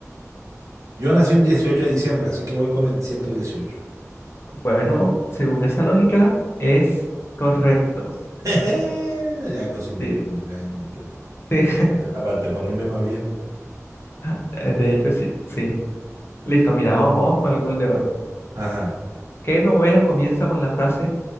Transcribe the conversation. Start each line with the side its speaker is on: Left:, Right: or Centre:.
Right: Yo nací un 18 de diciembre, así que voy con el 118.
Left: Bueno, según esa lógica, es correcto.
Right: <laughs> De algo sirve
Left: Sí,
Right: mi cumpleaños. ¿viste?
Left: sí,
Right: Aparte, aparte de ponerme más viejo.
Left: <laughs> de hecho sí, sí. Listo, mira, vamos, vamos para el gol de oro.
Right: Ajá.
Left: ¿Qué novela comienza con la frase